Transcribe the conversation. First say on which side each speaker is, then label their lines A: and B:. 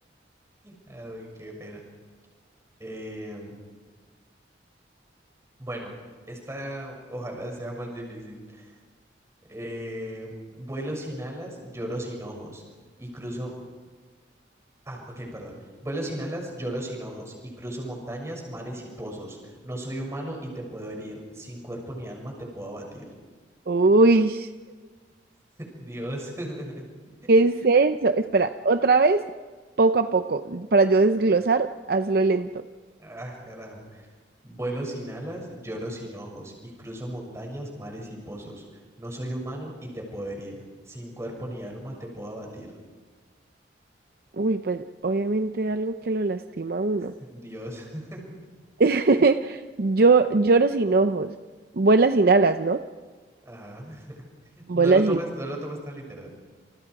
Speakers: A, on the right; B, on the right.
A: Ay, qué pena. Eh, bueno, esta ojalá sea más difícil. Eh, vuelo sin alas, lloro sin ojos y cruzo... Ah, ok, perdón. Vuelo sin alas, lloro sin ojos y cruzo montañas, mares y pozos. No soy humano y te puedo herir. Sin cuerpo ni alma te puedo abatir.
B: Uy,
A: <laughs> Dios. <laughs>
B: ¿qué es eso? Espera, otra vez, poco a poco, para yo desglosar, hazlo lento.
A: Ah, carajo. Vuelo sin alas, lloro sin ojos, y cruzo montañas, mares y pozos. No soy humano y te puedo herir. Sin cuerpo ni alma te puedo abatir.
B: Uy, pues obviamente algo que lo lastima a uno.
A: <laughs> Dios. <laughs>
B: <laughs> Yo lloro sin ojos, vuela sin alas, ¿no?
A: Ajá. <laughs>
B: Vuela
A: No lo tomes,
B: sin...
A: no lo tomes tan literal.